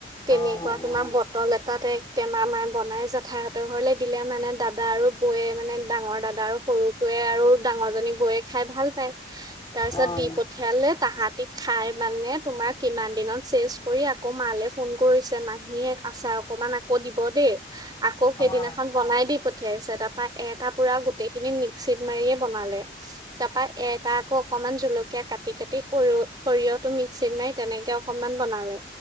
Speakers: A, on the right; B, on the left.
A: তেনেকুৱা
B: অ', অ'।
A: তোমাৰ বটল এ তাতে এক টেমা মাই বনাই জেঠাইহঁতৰ ঘৰলে দিলে মানে দাদা আৰু বৌয়ে মানে, ডাঙৰ দাদা আৰু সৰুটোৱে আৰু ডাঙৰ জনীক বৈয়ে খাই ভাল পায় তাৰ পিছত
B: অ',
A: দি পঠিয়ালে তাহাতিক খাই, মানে তোমাৰ কিমান দিনত, চেচ কৰি আকৌ মালে ফোন কৰিছে মাহীয়েক আচাৰ অকমান আকৌ দিব দেই, আকৌ সেইদিনাখন
B: অ',
A: বনাই দি প পঠিয়াইছে তাৰপা এটা পুৰা গোটেই খিনি মিক্সিত মাৰিয়ে বনালে তাৰ পৰা এটা আকৌ অকনমান জলকীয়া কাটি কাটি সৰিয় সৰিয়ত, মিক্সিত মাৰি তেনেকে অকনমান বনালে